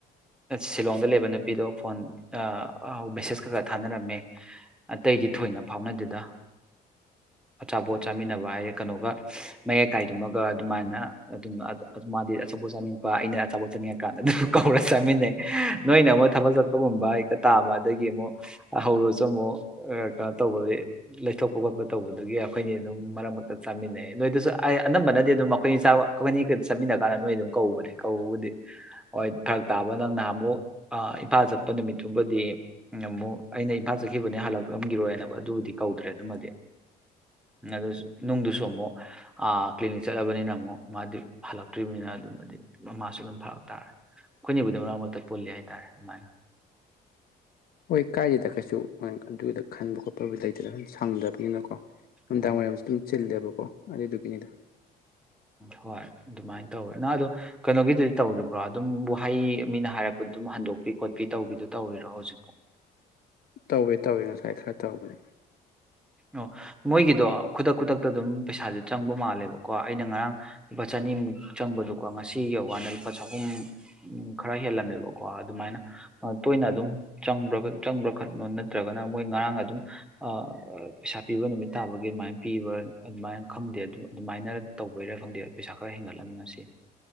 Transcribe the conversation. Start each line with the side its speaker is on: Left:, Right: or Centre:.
Centre: ꯁꯤꯂꯣꯡꯗ ꯂꯩꯕ ꯅꯨꯄꯤꯗꯣ ꯐꯣꯟ ꯑ ꯑ ꯃꯦꯁꯦꯁ ꯀꯩꯀꯥ ꯊꯥꯅꯔꯝꯃꯦ ꯑꯇꯩꯗꯤ ꯊꯣꯏꯅ ꯐꯥꯎꯅꯗꯦꯗ ꯑꯆꯥꯄꯣꯠ ꯆꯥꯃꯤꯟꯅꯕ ꯍꯥꯏꯔꯦ ꯀꯩꯅꯣꯒ ꯃꯌꯥꯏ ꯀꯥꯏꯗꯨꯃꯒ ꯑꯗꯨꯃꯥꯏꯅ ꯑꯗꯨꯝ ꯃꯥꯗꯤ ꯑꯆꯥꯄꯣꯠ ꯆꯥꯅꯤꯡꯉꯛꯄ ꯑꯩꯅ ꯑꯆꯥꯄꯣꯠ ꯆꯥꯅꯤꯡꯉꯛꯀꯥꯟꯗ ꯑꯗꯨꯝ ꯀꯧꯔ ꯆꯥꯃꯤꯟꯅꯩ ꯅꯣꯏꯅ ꯑꯃꯨꯛ ꯊꯕꯜ ꯆꯠꯄꯒꯨꯝꯕ ꯍꯦꯛꯇ ꯇꯥꯕ ꯑꯗꯒꯤ ꯑꯃꯨꯛ ꯍꯧꯔꯁꯨ ꯑꯃꯨꯛ ꯀꯩꯅꯣ ꯇꯧꯕ ꯂꯩꯊꯣꯛꯄ ꯈꯣꯠꯄ ꯇꯧꯕꯗꯨꯒꯤ ꯑꯩꯈꯣꯏꯅꯤ ꯑꯗꯨꯝ ꯃꯔꯛ ꯃꯔꯛꯇ ꯆꯥꯃꯤꯟꯅꯩ ꯅꯣꯏꯗꯁꯨ ꯑꯗꯨ ꯑꯩ ꯑꯅꯝꯕꯅꯗꯤ ꯑꯗꯨꯝ ꯑꯩꯈꯣꯏ ꯆꯥꯕ ꯑꯩꯈꯣꯏꯅꯤꯒ ꯆꯠꯃꯤꯟꯅ ꯀꯥꯟꯗ ꯅꯣꯏ ꯑꯗꯨꯝ ꯀꯧꯕꯅꯦ ꯀꯧꯕꯨꯗꯤ ꯍꯣꯏ ꯐꯔꯛ ꯇꯥꯕ ꯅꯪꯅꯍꯥꯃꯨꯛ ꯑꯥ ꯏꯝꯐꯥꯜ ꯆꯠꯄ ꯅꯨꯃꯤꯠꯇꯨꯕꯨꯗꯤ ꯑꯃꯨꯛ ꯑꯩꯅ ꯏꯝꯐꯥꯜ ꯆꯠꯈꯤꯕꯅꯦ ꯍꯜꯂꯛꯑꯝꯒꯤꯔꯣꯏꯅꯦꯕ ꯑꯗꯨꯕꯨꯗꯤ ꯀꯧꯗ꯭ꯔꯦ ꯑꯗꯨꯃꯗꯤ ꯑꯗꯨꯁꯨ ꯅꯨꯡꯗꯨꯁꯨ ꯑꯃꯨꯛ ꯑꯥ ꯀ꯭ꯂꯤꯅꯤꯛ ꯆꯠꯂꯕꯅꯤꯅ ꯑꯃꯨꯛ ꯃꯥꯗꯤ ꯍꯜꯂꯛꯇ꯭ꯔꯤꯕꯅꯤꯅ ꯑꯗꯨꯃꯗꯤ ꯃꯃꯥꯁꯨ ꯑꯗꯨꯝ ꯐꯔꯛ ꯇꯥꯔꯦ ꯑꯩꯈꯣꯏꯅꯤꯕꯨꯗꯤ ꯃꯔꯛ ꯃꯔꯛꯇ ꯄꯨꯜꯂꯤ ꯍꯥꯏꯇꯥꯔꯦ ꯑꯗꯨꯃꯥꯏꯅ
Left: ꯍꯣꯏ ꯀꯥꯏꯗꯦꯗ ꯀꯩꯁꯨ ꯑꯗꯨꯒꯤꯗ ꯈꯟꯕ ꯈꯣꯠꯄꯕꯨꯗꯤ ꯂꯩꯇꯦꯗ ꯑꯗꯨꯝ ꯁꯪꯗꯕꯅꯤꯅꯀꯣ ꯅꯨꯝꯗꯥꯡꯋꯥꯏꯔꯝꯁꯨ
Centre: ꯎꯝ
Left: ꯗꯨꯝ ꯆꯤꯜꯂꯦꯕ ꯑꯣ ꯑꯗꯨꯗꯨꯒꯤꯅꯤꯗ
Centre: ꯍꯣꯏ ꯑꯗꯨꯃꯥꯏꯟ ꯇꯧꯋꯦ ꯅꯪ ꯑꯗꯣ ꯀꯩꯅꯣꯒꯤꯗꯨꯗꯤ ꯇꯧꯔꯤꯕ꯭ꯔꯣ ꯑꯗꯨꯝ ꯋꯥꯍꯩ ꯃꯤꯅ ꯍꯥꯏꯔꯛꯄꯗ ꯑꯗꯨꯝ ꯍꯟꯗꯣꯛꯄꯤ ꯈꯣꯠꯄꯤ ꯇꯧꯕꯤꯗꯣ ꯇꯧꯔꯤꯔꯣ ꯍꯧꯖꯤꯛꯐꯥꯎ
Left: ꯇꯧꯋꯦ ꯇꯧꯋꯦ ꯉꯁꯥꯏ ꯈꯔ ꯇꯧꯕꯅꯦ
Centre: ꯑꯣ ꯃꯣꯏꯒꯤꯗꯣ ꯈꯨꯗꯛ ꯈꯨꯗꯛꯇ ꯑꯗꯨꯝ ꯄꯩꯁꯥꯗꯤ ꯆꯪꯕ ꯃꯥꯜꯂꯦꯕꯀꯣ ꯑꯩꯅ ꯉꯔꯥꯡ ꯂꯨꯄꯥ ꯆꯅꯤꯃꯨꯛ ꯆꯪꯕꯗꯣꯀꯣ ꯉꯁꯤ ꯌꯧꯒꯥꯟꯗ ꯂꯨꯄꯥ ꯆꯍꯨꯝ ꯈꯔ ꯍꯦꯜꯂꯝꯃꯦꯕꯀꯣ ꯑꯗꯨꯃꯥꯏꯅ ꯇꯣꯏꯅ ꯑꯗꯨꯝ ꯆꯪꯕ꯭ꯔꯥ ꯈꯣꯠꯄ꯭ꯔ ꯅꯠꯇ꯭ꯔꯒꯅ ꯃꯣꯏ ꯉꯔꯥꯡ ꯑꯗꯨꯝ ꯑꯥꯑ ꯄꯩꯁꯥ ꯄꯤꯕ ꯅꯨꯃꯤꯠ ꯇꯥꯕꯒꯤ ꯑꯗꯨꯃꯥꯏꯅ ꯄꯤꯕ꯭ꯔꯥ ꯑꯗꯨꯃꯥꯏꯅ ꯈꯪꯗꯦ ꯑꯗꯨꯃꯥꯏꯅ ꯇꯧꯕꯩꯔꯥ ꯈꯪꯗꯦ ꯄꯩꯁꯥ ꯈꯔ ꯍꯦꯟꯒꯠꯂꯝꯃꯦ ꯉꯁꯤ